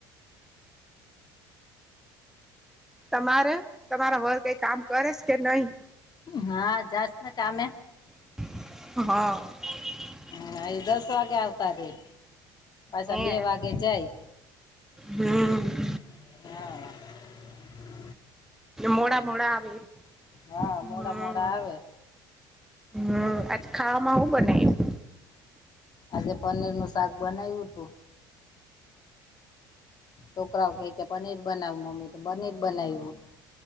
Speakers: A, in the centre; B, on the left (about 40°).
A: તમારે તમારા વર કઈ કામ કરેસ કે નહીિ.
B: હા જાસ્ ને કામે
A: હ
B: ના ઈ દસ વાગે આવતા રે પાછા
A: હે
B: બે વાગે જાય.
A: હમ
B: હા હા
A: મોડા મોડા. આવે
B: હા
A: હમ
B: મોડા મોડા આવે.
A: હમ આજ ખાવામાં સુ બનાયવુ
B: આજે પનીર નું શાક બનાવ્યું તુ. છોકરાઓ ક કે પનીર બનાવ મમ્મી તો પનીર બનાવ્યું.